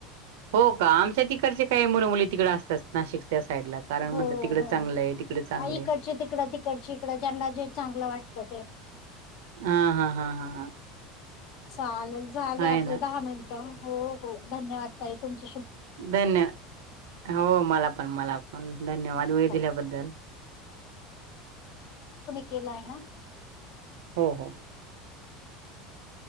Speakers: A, on the right; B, on the left.
A: हो का आमच्या तिकडचे काय मुण मुली तिकड असतात नाशिक, त्या साईडला कारण
B: हो
A: म्हणतात तिकडे
B: हो
A: चांगलं आहे तिकडे चांगलं
B: आ इकडचे
A: आहे
B: तिकडं तिकडचे इकड ज्यांना जे चांगलं वाटत. त ते.
A: हा हा हा हा हा,
B: चालेल. झालं
A: आहे
B: आपलं
A: ना
B: दहा मिनिटं, हो हो धन्यवाद ताई तुमचं,
A: धन्य हो मला पण मला पण धन्यवाद वेळ
B: हो
A: दिल्याबद्दल.
B: केला आहे ना?
A: हो हो.